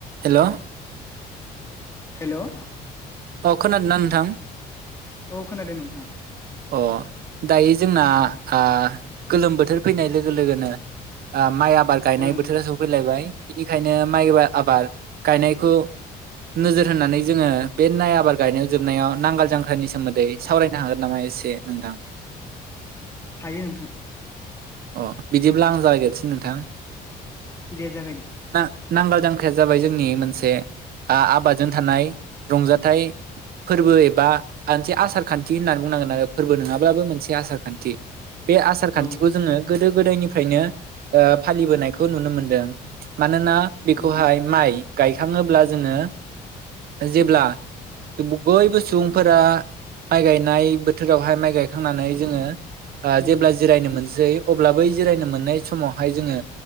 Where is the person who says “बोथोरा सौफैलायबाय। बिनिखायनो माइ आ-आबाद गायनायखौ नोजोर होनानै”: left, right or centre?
Right